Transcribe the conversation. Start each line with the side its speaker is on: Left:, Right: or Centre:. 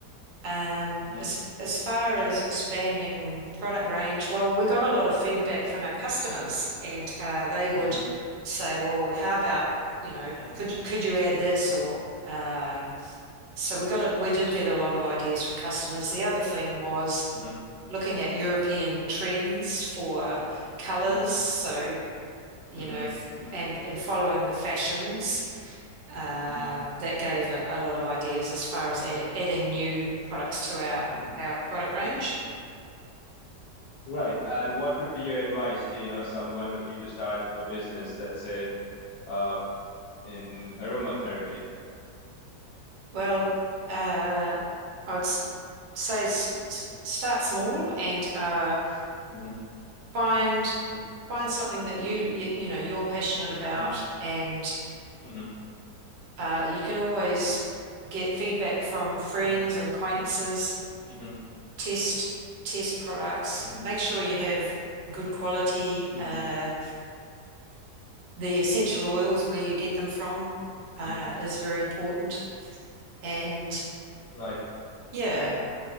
Right: Um,
Left: hmm
Right: as as far as expanding product range, well, we got a lot of feedback from our customers, and uh, they would
Left: hmm
Right: say, "Well, how about you know,
Left: hmm
Right: could could you add this or?" uh, so
Left: hmm
Right: we got a, we did get a lot of ideas from customers. The other thing was
Left: hmm
Right: looking at European trends for colors.
Left: hmm
Right: So, you
Left: hmm
Right: know, f- and and following the fashions. Uh,
Left: hmm
Right: that gave a, a lot of ideas as far as add, adding new products to our
Left: hmm
Right: our product range.
Left: Right. And what would be your advice to, you know, someone looking to start a business, let's say, uh, in aromatherapy?
Right: Well, uh, I'd s- say s s- start small and uh,
Left: Mm-hmm,
Right: find
Left: hmm
Right: find something that you, you you know you're passionate about
Left: hmm
Right: and
Left: hmm
Right: Uh, you can always get feedback from friends
Left: hmm
Right: and acquaintances,
Left: hmm
Right: test test products,
Left: hmm
Right: make sure you have good quality.
Left: hmm
Right: Uh, the essential oils, where you get them from,
Left: hmm
Right: uh, is very important. And
Left: Right.
Right: yeah,